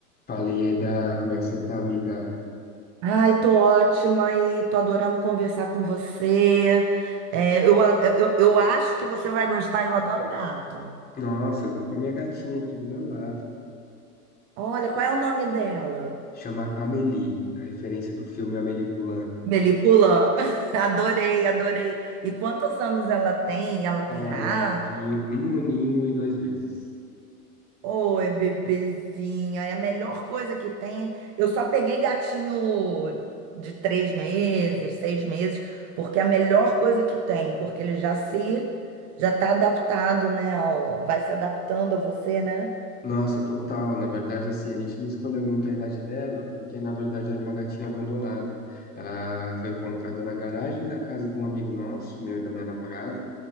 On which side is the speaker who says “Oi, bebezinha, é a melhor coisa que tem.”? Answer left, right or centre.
Right